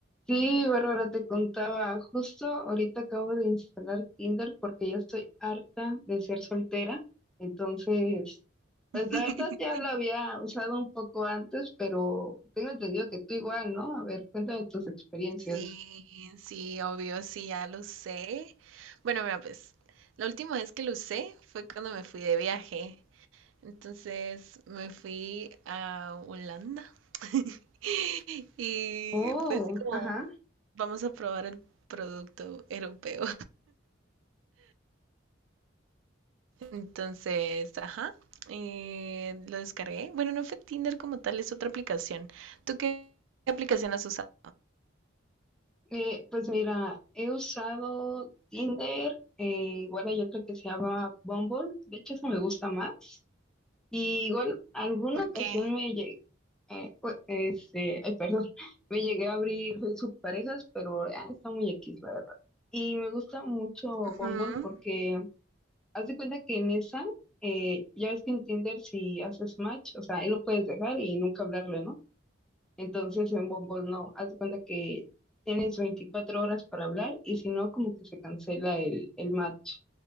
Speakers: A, in the centre; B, on the right.
A: Sí, Bárbara, te contaba, justo ahorita acabo de instalar Tinder porque ya estoy harta de ser soltera. Entonces, pues
B: <laughs>
A: la verdad ya lo había usado un poco antes, pero tengo entendido que tú igual, ¿no? A ver, cuéntame tus experiencias.
B: Sí, sí, obvio, sí, ya lo usé. Bueno, mira, pues la última vez que lo usé fue cuando me fui de viaje. Entonces me fui a Holanda <laughs> y
A: Oh,
B: fue así como,
A: ajá.
B: vamos a probar el producto europeo. <laughs> Entonces, ajá, eh, lo descargué. Bueno, no fue Tinder como tal, es otra aplicación. ¿Tú qué aplicación has usado?
A: Eh, pues mira, he usado Tinder, eh, igual hay otra que se llama Bumble. De hecho, esa me gusta más. Y igual, alguna
B: ¿Por
A: ocasión
B: qué?
A: me llegué, eh, ue- este, ay, perdón, <laughs> me llegué a abrir sus parejas pero ah, está muy X, la verdad. Y me gusta mucho
B: Ujú.
A: Bumble porque haz de cuenta que en esa, eh, ya ves que en Tinder si haces match, o sea, ahí lo puedes dejar y nunca hablarle, ¿no? Entonces en Bumble no, haz de cuenta que tienes 24 horas para hablar y si no, como que se cancela el, el match.